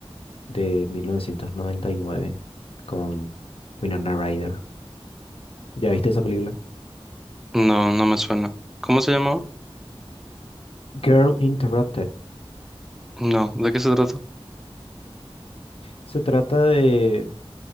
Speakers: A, on the left; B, in the centre.
A: de 1999 con Winona Ryder. ¿Ya viste esa película?
B: No, no me suena. ¿Cómo se llamaba?
A: Girl Interrupted.
B: No, ¿de qué se trata?
A: Se trata de